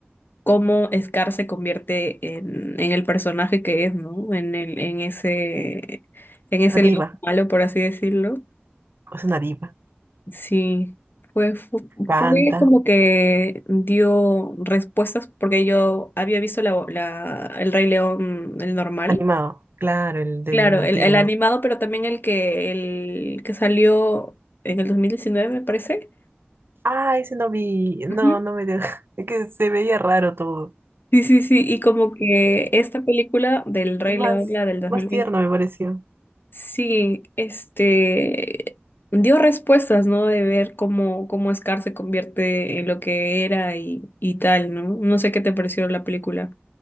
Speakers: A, on the left; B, on the right.
A: cómo Scar se convierte en, en el personaje que es, ¿no? En el, en ese, en ese
B: Una diva,
A: león malo, por así decirlo.
B: es una diva.
A: Sí, fue, fue,
B: Canta,
A: fue como que dio respuestas porque yo había visto la, la- el Rey León, el normal,
B: animado. Claro, el del
A: claro,
B: antiguo.
A: el, el animado, pero también el que, el que salió en el 2019 me parece.
B: Ah, ese no vi, no,
A: Ujú.
B: no me dio, <laughs> es que se veía raro todo,
A: Sí, sí, sí, y como que esta película del Rey
B: más,
A: León, la del dos
B: más
A: mil veinte.
B: tierno me pareció,
A: Sí, este dio respuestas, ¿no? De ver cómo, cómo Scar se convierte en lo que era y, y tal, ¿no? No sé qué te pareció la película.